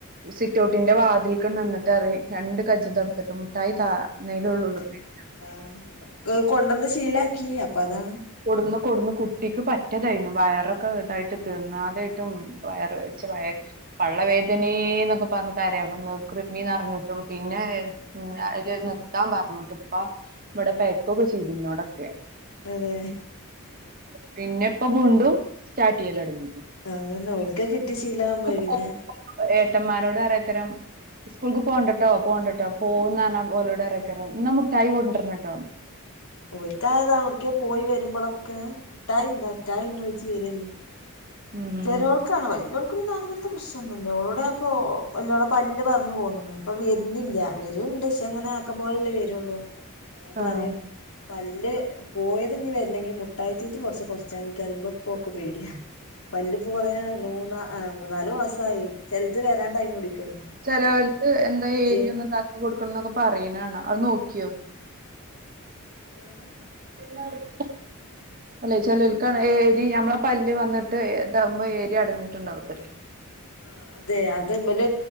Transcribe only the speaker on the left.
അതെ
ആഹ് കൊണ്ടന്ന് ശീലാക്കി അപ്പൊ അതാണ്
അതെ
അതന്നെ ഓൽക്കത് കിട്ടി ശീലാകുമ്പയ്
പിന്നെ
ഇവട്ത്തെആൾ ഔട്ക്കേൽ പോയി വരുമ്പളൊക്കെ ഇട്ടായുണ്ടോ ഇ റ്റായി ഉണ്ടോഴ്ച്ച് വരല്ലോ
ചെറിയോൾക്കാണ് വല്ലിയൊൾക്ക് പിന്നെ അങ്ങൻത്തെ പ്രശ്നംന്നുല്ല ഒളോടെ അപ്പൊ വല്ല്യോളെ പല്ല് പർഞ്ഞ് പോന്ന്ക്ണ് അപ്പൊ വര്നില്ല വര്ണ്ട് പക്ഷേ അങ്ങനെ ആക്കം പോലല്ലേ വരുള്ളൂ അപ്പൊ ഞാ പറിം
പല്ല് പോയത് ഇനി വര്നെങ്കി മുട്ടായിത്തീറ്റി കൊർച്ച് കൊർച്ചാണ്ട <unintelligible> ഓൾക് പേടിയാ പല്ല്പ്പോ കൊറയ രണ്ട് മൂന്ന് മൂന്നാല് മാസായി ചെൽത് വരാൻ ടൈം പിടിക്കല്ലോ
അപ്പൊ
ഉമ്മച്ചിയെ
എങ്ങനെ
ആ അതെ അത്ബൽ